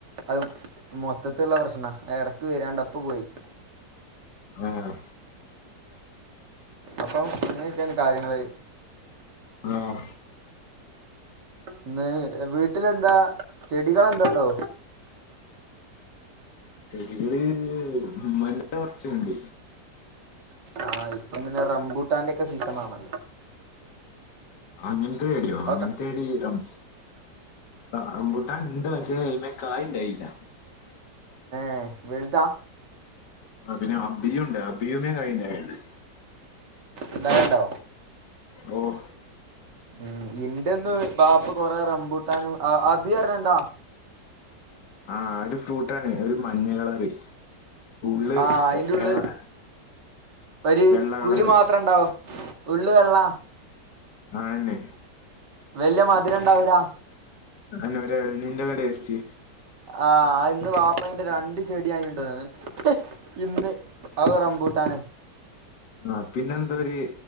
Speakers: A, on the right (about 80°); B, on the left (about 75°).
A: അത് മൊത്തത്തീള്ള പ്രശ്നാ ഇടക്ക് വരാണ്ട ഇപ്പപ്പോയി
B: ഉം
A: അപ്പം അങ്ങനൊക്കെയാണ് കാര്യങ്ങള്
B: ഉം
A: ഇന്ന് വീട്ടിലെന്താ ചെടികളെന്തണ്ടോ
B: ചെടികള് ഉമ്മാന്റെ കൊറച്ചെണ്ട്
A: ആഹ് ഇപ്പ പിന്നെ റംബൂട്ടാന്റെക്കെ സീസനാണ്‌
B: അങ്ങനത്തെ ചെടിയോ
A: അതൊക്കെ
B: അങ്ങനത്തെ ചെടി <unintelligible> ആഹ് റംമ്പുട്ടാനെണ്ട് പക്ഷേ അയിമ്മേ കായ് എണ്ടായില്ല
A: ഉം വെൽതാ
B: ആഹ് പിന്നെ അബിയുണ്ട് അബിയുമ്മേ കായിണ്ടായിണ്ട്
A: എണ്ടാവലെണ്ടോ
B: ഓഹ്
A: ഉം എന്റിന്ന് ബാപ്പ കൊറെ റംമ്പൂട്ടാനും അഹ് അഭിയാറഞ്ഞെ എന്താ
B: ആഹ് ഒരു ഫ്രൂട്ടാണെ ഒരു മഞ്ഞ കളറ് ഉള്ള്
A: ആഹ് അയിന്റുള്ള്
B: എ- എ-
A: ഒരു
B: വെള്ള
A: കുരു
B: കളറ്
A: മാത്രം ഇണ്ടാവും ഉള്ള് വെള്ള
B: ആന്നെ
A: വെല്ല്യ മധുരെണ്ടാവൂല്ല
B: അയിനൊരു എളനീരിന്റെക്ക ടേസ്റ്റ്
A: ആഹ് ഇന്ന് വാപ്പയ്ന്റെ രണ്ട് ചെടി വാങ്ങ്യൊണ്ട്ന്ന്ണ് ഇന്ന് അതും റംബൂട്ടാനും
B: ആഹ് പിന്നെന്തോര്